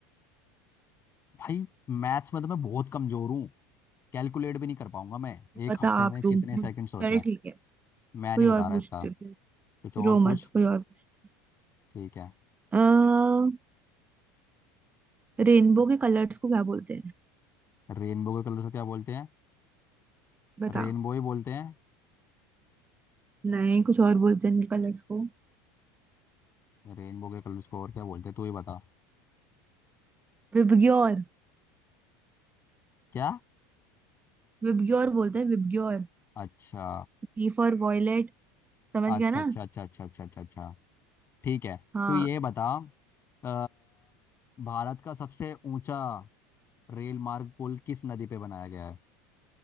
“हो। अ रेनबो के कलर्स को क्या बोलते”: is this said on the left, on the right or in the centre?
Right